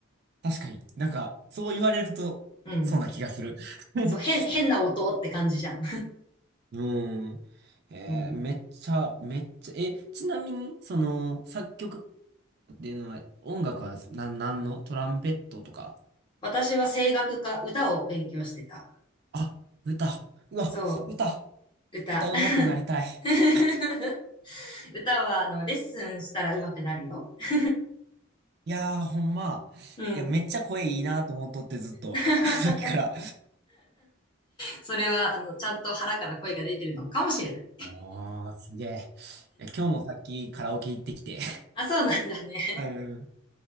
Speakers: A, on the right; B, on the left.
A: あ、確かに。なんか、そう言われると、
B: うん。
A: そうな気がする。<laughs>
B: そう、変、変な音って感じじゃん。
A: うん。えー、
B: <laughs> うん。
A: めっちゃ、めっちゃ、え、ちなみに、その、作曲っていうのは、音楽は、なん、なんのトランペットとか。
B: 私は声楽か歌を勉強してた。
A: あ、歌。うわ、
B: そ
A: 歌。
B: う、歌。
A: 歌上手くなりたい。
B: <laughs>
A: <laughs>
B: 歌は、あの、レッスンしたら上手くなるよ。<laughs>
A: いやー、ほんま。
B: うん。
A: いや、めっちゃ声いいなと思っとって、ずっと。
B: <laughs>
A: <laughs> さっきから。
B: それは、あの、ちゃんと腹から声が出てるのかもしれない。
A: おー、すげえ。いや今日もさっきカラオケ行ってきて。
B: あ、そうなんだね。
A: <laughs> うん。